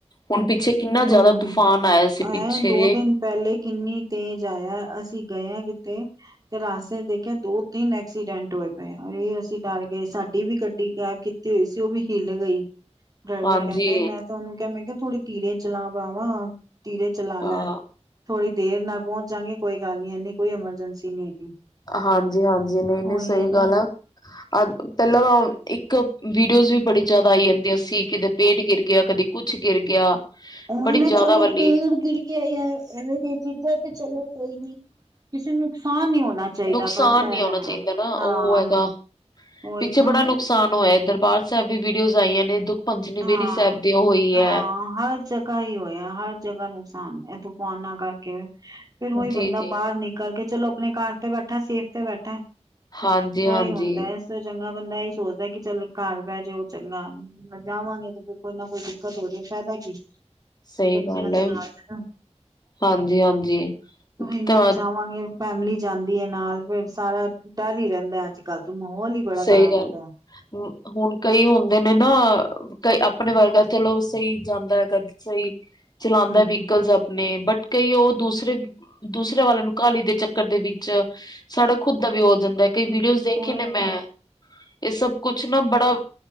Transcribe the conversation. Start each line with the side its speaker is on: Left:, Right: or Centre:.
Left: ਹੁਣ ਪਿੱਛੇ ਕਿੰਨਾ ਜ਼ਿਆਦਾ
Right: ਹੂੰ
Left: ਤੂਫਾਨ ਆਇਆ ਸੀ
Right: ਐ
Left: ਪਿੱਛੇ
Right: ਦੋ
Left: ਜੇ
Right: ਦਿਨ ਪਹਿਲੇ ਕਿੰਨੀ ਤੇਜ਼ ਆਇਆ ਅਸੀਂ। ਗਇਆ ਕਿਤੇ ਤੇ ਰਾਸਤੇ ਦੇਖਿਆ ਦੋ ਤਿੰਨ ਐਕਸੀਡੈਂਟ ਹੋਏ ਪਏ ਇਹ ਅਸੀਂ ਡਰ ਗਏ ਸਾਡੀ ਵੀ ਗੱਡੀ ਕੈਬ ਕੀਤੀ ਹੋਈ ਸੀ ਉਹ ਵੀ ਹਿੱਲ ਗਈ। ਡਰਾਈਵਰ
Left: ਹਾਂਜੀ
Right: ਕਹਿੰਦਾ ਮੈਂ ਤੁਹਾਨੂੰ ਕਿਹਾ ਮੈਂ ਕਿਹਾ। ਥੋੜੀ ਧੀਰੇ ਚਲਾ ਭਰਾਵਾਂ। ਧੀਰੇ ਚਲਾ ਲਾ।
Left: ਹਾਂ
Right: ਥੋੜ੍ਹੀ ਦੇਰ ਨਾਲ ਪਹੁੰਚ ਜਾਂਗੇ ਕੋਈ ਗੱਲ ਨੀ ਇੰਨੀ ਕੋਈ ਐਮਰਜੈਂਸੀ। ਨੀ ਹੈਗੀ
Left: ਹਾਂਜੀ ਹਾਂਜੀ ਨਹੀਂ ਨਹੀਂ
Right: ਉਹੀ
Left: ਸਹੀ
Right: ਹੈ ਨਾ
Left: ਗੱਲ ਆ ਅ ਪਹਿਲਾਂ ਤਾਂ ਹੁਣ। ਇੱਕ। ਵੀਡੀਓਜ਼ ਵੀ ਬੜੀ ਜ਼ਿਆਦਾ ਆਈ ਜਾਂਦੀ ਸੀ ਕਿਤੇ ਪੇੜ ਗਿਰ ਗਿਆ ਕਦੇ। ਕੁੱਛ ਗਿਰ ਗਿਆ।
Right: ਉਹੀ
Left: ਬੜੀ
Right: ਨਾ
Left: ਜ਼ਿਆਦਾ
Right: ਚਲੋ
Left: ਵਾਲੀ
Right: ਪੇੜ ਗਿਰ ਗਿਆ ਯਾਰ ਐਵੇਂ ਦੀਆਂ ਚੀਜ਼ਾਂ ਤੇ ਚਲੋ। ਕੋਈ ਨਹੀਂ। ਕਿਸੇ ਨੂੰ ਨੁਕਸਾਨ ਨਹੀਂ ਹੋਣਾ ਚਾਹੀਦਾ
Left: ਨੁਕਸਾਨ
Right: ਬਸ ਐਵੇ
Left: ਨਹੀਂ ਹੋਣਾ ਚਾਹੀਦਾ ਨਾ
Right: ਹਾਂ
Left: ਉਹ ਹੈਗਾ
Right: ਉਹੀ
Left: ਪਿੱਛੇ ਬੜਾ
Right: ਨਾ।
Left: ਨੁਕਸਾਨ ਹੋਇਆ ਦਰਬਾਰ ਸਾਹਿਬ ਦੀਆਂ ਵੀਡੀਓਜ਼ ਆਈਆਂ ਨੇ ਦੁੱਖ। ਭੰਜਨੀ
Right: ਹਾਂ
Left: ਬੇਰੀ ਸਾਹਿਬ ਦੀ ਉਹ ਹੋਈ ਹੈ
Right: ਹਾਂ ਹਰ ਜਗ੍ਹਾ ਹੀ ਹੋਇਆ ਹਰ ਜਗ੍ਹਾ ਨੁਕਸਾਨ। ਇਹ ਤੂਫਾਨਾਂ ਕਰਕੇ ਵੇਖ। ਫੇਰ ਉਹੀ
Left: ਜੀ
Right: ਬੰਦਾ
Left: ਜੀ
Right: ਬਾਹਰ ਨਿਕਲ ਕੇ। ਚਲੋ ਆਪਣੇ ਘਰ ਤੇ ਬੈਠਾ ਸੇਫ ਤੇ ਬੈਠਾ।
Left: ਹਾਂਜੀ
Right: ਹੈਹੀ
Left: ਹਾਂਜੀ
Right: ਹੁੰਦਾ ਇਸ ਤੋਂ ਚੰਗਾ ਬੰਦਾ ਇਹੀ ਸੋਚਦਾ ਕਿ ਚੱਲ ਘਰ ਬਹਿ ਜੇ ਉਹ ਚੰਗਾ ਜਾਵਾਂਗੇ ਤੇ ਫੇਰ ਕੋਈ ਨਾ ਕੋਈ ਦਿੱਕਤ ਹੋ ਜਾਵੇ ਫਾਇਦਾ ਕੀ
Left: ਸਹੀ
Right: ਬੱਚਿਆਂ
Left: ਗੱਲ
Right: ਦੇ
Left: ਹੈ
Right: ਨਾਲ ਹਨਾ
Left: ਹਾਂਜੀ ਹਾਂਜੀ
Right: ਇਹਨਾ
Left: ਤਾਂ
Right: ਚਾਵਾਂਗੇ ਫੈਮਿਲੀ ਜਾਂਦੀ ਏ ਨਾਲ ਫਿਰ ਸਾਰਾ ਡਰ ਈ ਰਹਿੰਦਾ ਅੱਜ ਕੱਲ ਮਾਹੌਲ ਹੀ ਬੜਾ
Left: ਸਹੀ
Right: ਖ਼ਰਾਬ
Left: ਗੱਲ
Right: ਹੋ ਗਿਆ
Left: ਹੁ- ਹੁਣ ਕਈ ਹੁੰਦੇ ਨੇ ਨਾ ਕਈ ਆਪਣੇ ਵਰਗਾ ਚਲੋ ਸਹੀ ਜਾਂਦਾ ਹੈ ਕਦ ਸਹੀ ਚਲਾਉਂਦਾ
Right: ਹੂੰ
Left: ਵਹੀਕਲਸ ਆਪਣੇ ਬਟ ਕਈ ਉਹ ਦੂਸਰੇ ਦੂਸਰੇ ਵਾਲਿਆਂ ਨੂੰ ਕਾਹਲੀ ਦੇ ਚੱਕਰ ਦੇ ਵਿੱਚ ਸਾਡਾ ਖੁੱਦ ਦਾ ਵਿਓ ਜਾਂਦਾ ਕਈ
Right: ਹੂੰ
Left: ਵੀਡੀਓਜ਼ ਦੇਖੇ
Right: ਉਹੀ
Left: ਨੇ ਮੈਂ
Right: ਤੇ
Left: ਇਹ ਸਭ ਕੁਛ ਨਾ ਬੜਾ